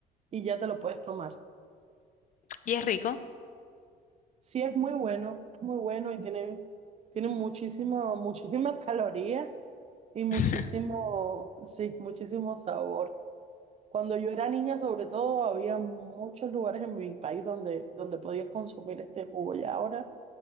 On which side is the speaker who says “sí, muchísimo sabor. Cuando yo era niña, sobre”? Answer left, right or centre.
Right